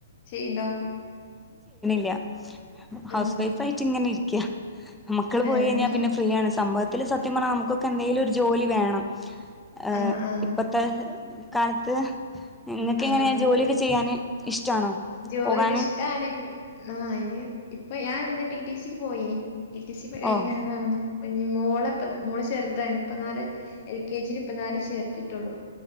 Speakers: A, on the left; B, in the centre.
A: ചെയ്യ്ണ്ടോ
B: ല്ലാ ഹൗസ്
A: ആഹ്
B: വൈഫ് ആയിട്ട് ഇങ്ങനെ ഇരി ക്ക്യാ മക്കള് പോയി
A: ഏഹ്
B: കഴിഞ്ഞാ പിന്നെ ഫ്രീയാണ് സംഭ ത്തില് സത്യ പറഞ്ഞ നമക്കൊക്കെ എന്തെലും ഒര് ജോലി വേണം ഏഹ്
A: ആഹ് ആഹ്
B: ഇപ്പത്തെ കാലത്ത് നിങ്ങക്ക്
A: ആഹ്
B: എങ്ങനെയാ ജോലിയൊക്കെ
A: ജോ
B: ചെയ്യാൻ ഇഷ്ടാണോ
A: ജോലി
B: പോകാന്
A: ഇഷ്ടാണ് ആ അയ്ന് ഇപ്പ ഞാൻ എന്താ ടി ടി സിക്ക് പോയിനി റ്റി റ്റി സി യെക്കാ കഴിഞ്ഞാ
B: ഓഹ്
A: ആളാണ് ഇപ്പം ഇഞ് മോള് ഇപ്പം മോള് ചെർതാണ് ഇപ്പനാല് എൽ കെ ജില് ഇപ്പംനാര് ചേർത്തിട്ടോള്ളു